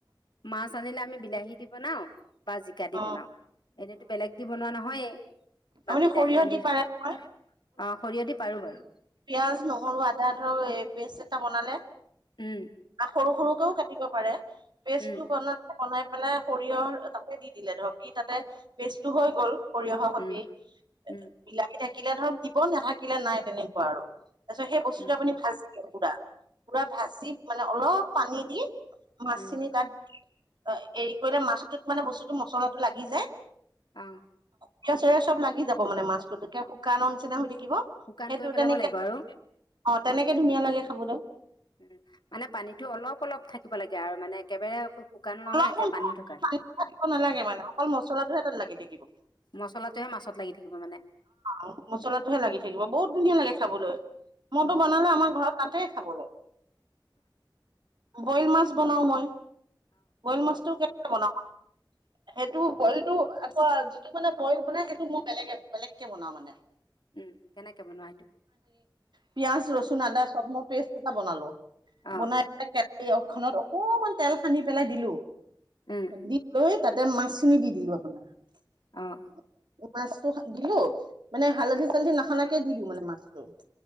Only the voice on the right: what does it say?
অ অ
আপুনি
সৰিয়হ
দি পাৰে
নহয়
পিয়াঁজ, নহৰু আদা ধৰক এ পেষ্ট এটা বনালে-
আহ, সৰু সৰুকেও কাটিব পাৰে। পেষ্টটো
বনাত- বনাই পেলাই সৰিয়হ তাতে দি দিলে, ধৰক দি তাতে পেষ্টটো হৈ গল সৰিয়হৰ সৈতে।
বিলাহী থাকিলে ধৰক দিব, নাথাকিলে নাই তেনেকুৱা আৰু তাৰ পিছত সেই বস্তুটো
আপুনি ভাজি- পুৰা -পুৰা ভাজি মানে অলপ পানী দি মাছখিনি
তাত- অহ এৰি কৰিলে মাছটোত মানে বস্তুটো মছলাটো লাগি যায়।
পিয়াজ চব লাগি যাব মানে মাছটো শুকানৰ নিচিনা হৈ থাকিব।
সেইটো
তেনেকে
অহ, তেনেকে ধুনীয়া লাগে খাবলৈ।
অলপ
পানীটো থাকিব নালাগে মানে অকল মছলাটোহে তাতে লাগি থাকিব।
অহ, মছলাটোহে লাগি থাকিব বহুত ধুনীয়া লাগে খাবলৈ। মইটো
বনালে আমাৰ ঘৰত নাতে খাবলে। বইল মাছ বনাও মই, বইল মাছটো কেনেকে বনাও? সেইটো বইলটো আকৌ যিটো মানে বইল বনাই সেইটো মোৰ বেলেগে- বেলেগকে বনাও মানে।
পিয়াজ, ৰচুন, আদা চব মই পেষ্ট এটা বনালো।
বনাই- খত অকমান তেল সানি পেলাই দিলোঁ।
দি লৈ তাতে মাছখিনি দি দিলোঁ আপোনাৰ।
মাছ- টো দিলো মানে হালধি -চালধি নহানাকে দিলো মানে মাছটো।